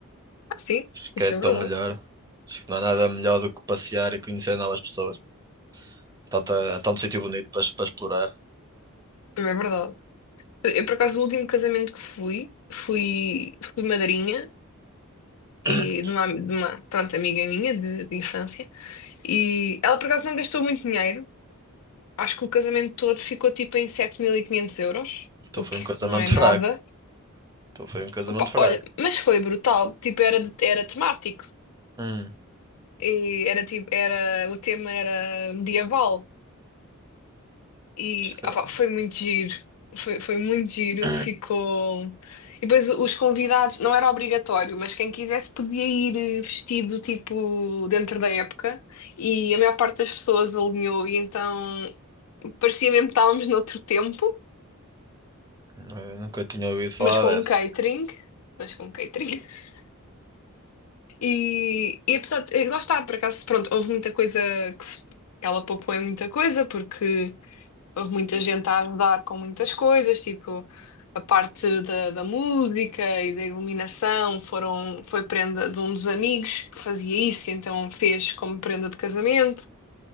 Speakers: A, on the left (about 85°); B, on the right (about 15°).
A: Ah, sim,
B: Acho que
A: isso
B: é tão
A: é verdade.
B: melhor. Acho que não há nada melhor do que passear e conhecer novas pessoas. Tanto, tanto sítio bonito para, para explorar.
A: Também é verdade. Eu, por acaso, no último casamento que fui, fui, fui madrinha.
B: <coughs>
A: e de uma, de uma, pronto, amiga minha de, de infância. E ela, por acaso, não gastou muito dinheiro. Acho que o casamento todo ficou tipo em 7.500 euros,
B: Então
A: o
B: foi
A: que
B: um casamento
A: não é nada.
B: fraco. Então foi um casamento
A: Opa,
B: fraco.
A: olha, mas foi brutal. Tipo, era, de- era temático.
B: Hum,
A: E era tipo, era, o tema era medieval. E
B: estranho.
A: opá, foi muito giro, foi, foi muito giro,
B: <clears throat>
A: ficou. E depois os convidados, não era obrigatório, mas quem quisesse podia ir eh, vestido tipo dentro da época e a maior parte das pessoas alinhou e então parecia mesmo que estávamos noutro tempo,
B: Eu nunca tinha ouvido falar
A: mas com
B: dessa.
A: um catering, mas com um catering. <laughs> E, e apesar de, eh, lá está, por acaso, pronto, houve muita coisa que se- que ela poupou em muita coisa, porque houve muita gente a ajudar com muitas coisas, tipo a parte da, da música e da iluminação foram, foi prenda de um dos amigos que fazia isso, então fez como prenda de casamento.